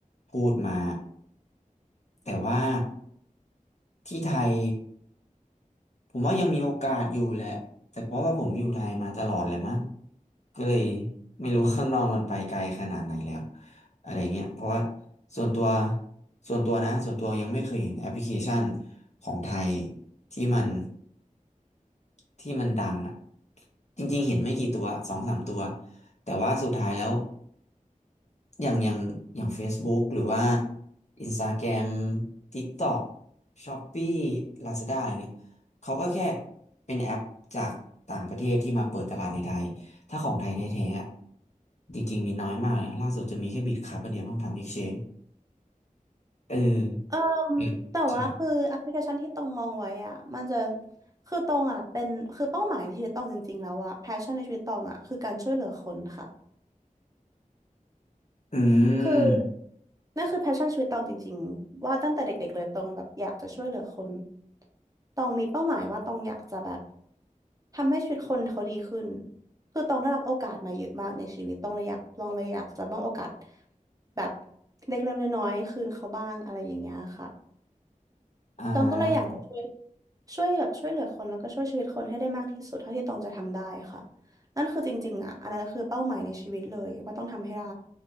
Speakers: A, on the left; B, on the right.
A: พูดมาแต่ว่าที่ไทย ผมว่ายังมีโอกาสอยู่แหละแต่เพราะว่าผมอยู่ไทยมาตลอดแหละมั้งก็เลยไม่รู้ว่าข้างนอกมันไปไกลขนาดไหนแล้วอะไรเงี้ยเพราะว่าส่วนตัวส่วนตัวนะส่วนตัวยังไม่เคยเห็นแอปพลิเคชันของไทยที่มันที่มันดังอ่ะจริงๆเห็นไม่กี่ตัวสองสามตัวแต่ว่าสุดท้ายแล้ว อย่างอย่างอย่าง Facebook หรือว่า Instagram TikTok Shopee Lazada อะไรเนี่ยเขาก็แค่เป็นแอปจากต่างประเทศที่มาเปิดตลาดในไทยถ้าของไทยแท้ๆอะจริงๆมีน้อยมากนะล่าสุดจะมีแค่บิตครับอันเดียวต้องทำ Exchange เออ
B: เออ
A: อืมใช่
B: แต่ว่าคือแอปพลิเคชันที่ตองมองไว้อ่ะมันจะคือตองอ่ะเป็นคือเป้าหมายในชีวิตตองจริงๆแล้วอ่ะแพชชั่นในชีวิตตองอ่ะคือการช่วยเหลือคนค่ะ
A: อืม
B: คือนั่นคือแพชชั่นชีวิตตองจริงๆว่าตั้งแต่เด็กๆเลยตองแบบอยากจะช่วยเหลือคนตองมีเป้าหมายว่าตองอยากจะแบบทำให้ชีวิตคนเขาดีขึ้นคือตองได้รับโอกาสมาเยอะมากในชีวิตตองเลยอยากตองเลยอยากจะมอบโอกาสแบบเล็กๆน้อยๆคืนเขาบ้างอะไรอย่างเงี้ยค่ะ
A: อ่า
B: ตองก็เลยอยากจะช่วย
A: ผม
B: ช่วยแบบช่วยเหลือคนแล้วก็ช่วยชีวิตคนให้ได้มากที่สุดเท่าที่ตองจะทำได้ค่ะนั่นคือจริงๆอ่ะอันนั้นคือเป้าหมายในชีวิตเลยว่าต้องทำให้ได้